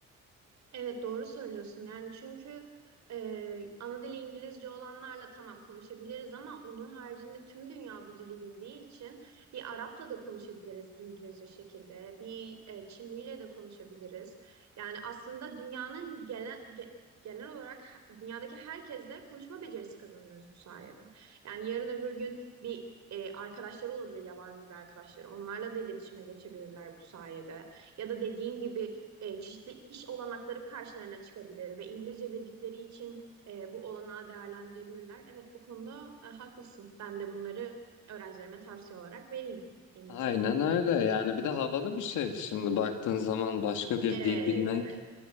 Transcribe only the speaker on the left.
Aynen öyle yani bir de havalı bir şey şimdi baktığın zaman başka bir
dil bilmek